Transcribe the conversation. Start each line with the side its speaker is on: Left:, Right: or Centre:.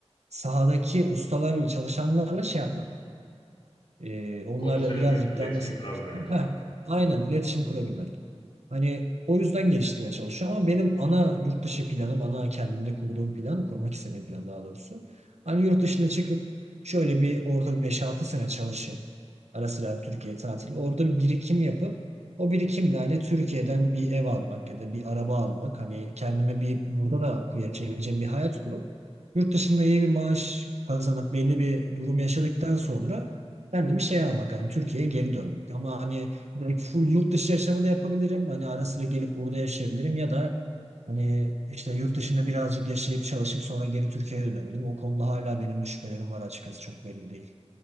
Right: Sahadaki ustalarla çalışanlarla şey yapmak. E, onlarla
Left: Konuşabilmek,
Right: birazcık
Left: iletişim
Right: daha nasıl
Left: kurabilmek.
Right: diyeyim sana. Heh, aynen iletişim kurabilmek. Hani o yüzden geliştirmeye çalışıyorum ama benim ana yurt dışı planım, ana kendimde kurduğum plan, kurmak istediğim plan daha doğrusu. Hani yurt dışına çıkıp şöyle bir orada beş altı sene çalışıp Ara sıra Türkiye tatili. Orada bir birikim yapıp o birikimle hani Türkiye'den bir ev almak ya da bir araba almak. Hani kendime bir burada da kuya çevireceğim bir hayat kurup yurt dışında iyi bir maaş kazanıp belli bir durum yaşadıktan sonra kendimi şey almak hani Türkiye'ye geri dönmek. Ama hani direkt full yurt dışı yaşamı da yapabilirim. Hani ara sıra gelip burada yaşayabilirim ya da Hani işte yurt dışında birazcık yaşayıp çalışıp sonra geri Türkiye'ye dönebilirim. O konuda hala benim de şüphelerim var açıkçası çok belli değil.